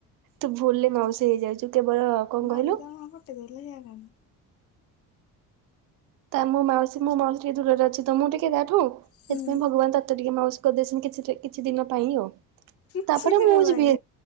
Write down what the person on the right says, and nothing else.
ତୁ ଭୁଲରେ ମାଉସୀ ହେଇଯାଉଛୁ। କେବଳ କଣ
କହିଲୁ
ତା ମୋ ମାଉସୀ ମୋ ମାଉସୀ ଟିକେ ଦୂରରେ ଅଛି ତ ମୁଁ ଟିକେ ତା ଠୁ
ସେଥିପାଇଁ ଭଗବାନ ତତେ ଟିକେ ମାଉସ କରିଦେଇଛନ୍ତି କିଛି ରେ କିଛି ଦିନ ପାଇଁ ଆଉ
ତାପରେ
ମୁଁ
ଯିବି।